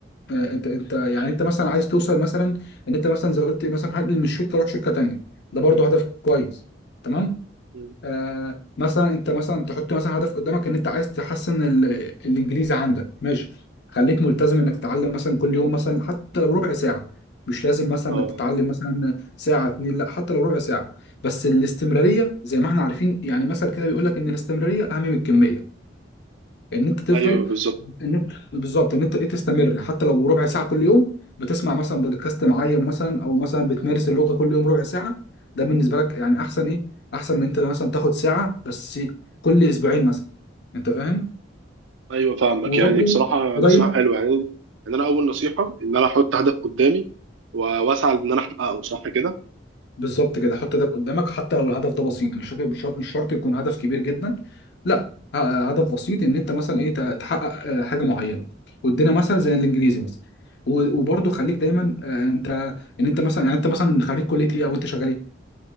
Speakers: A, on the left; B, on the right.
A: آه، انت انت يعني انت مثلا عايز توصل مثلا ان انت مثلا زي قلت إيه، مثلا هنقل من الشركه اروح شركه تانيه ده برضو هدف كويس تمام
B: مم.
A: آه مثلا انت مثلا تحط مثلا هدف قدامك ان انت عايز تحسن ال- الانجليزي عندك ماشي خليك ملتزم انك تتعلم مثلا كل يوم مثلا حتى لو ربع ساعة مش لازم مثلا
B: أه
A: انك تتعلم مثلا ساعة اتنين لا حتى لو ربع ساعة بس الاستمرارية زي ما احنا عارفين يعني مثل كده بيقول لك ان الاستمرارية اهم من الكمية ان انت تفضل
B: أيوه بالظبط
A: ان انت بالظبط ان انت ايه تستمر حتى لو ربع ساعه كل يوم بتسمع مثلا بودكاست معين مثلا او مثلا بتمارس اللغه كل يوم ربع ساعه ده بالنسبه لك يعني احسن ايه احسن من انت مثلا تاخد ساعه بس كل اسبوعين مثلا انت فاهم
B: أيوه فاهمك
A: وبرضه
B: يعني بصراحة
A: ودايما
B: نصيحة حلوة يعني إن أنا أول نصيحة إن أنا أحط هدف قدامي و- وأسعى إن أنا أحققه صح كده
A: بالظبط كده حط هدف قدامك حتى لو الهدف ده بسيط مش شرط مش شرط مش شرط يكون هدف كبير جدا لا ه- هدف بسيط ان انت مثلا ايه ت- تحقق آه، حاجه معينه وادينا مثلا زي الانجليزي مثلا و- وبرضه خليك دايما آه، انت ان انت مثلا يعني انت مثلا خريج كليه ايه او انت شغال ايه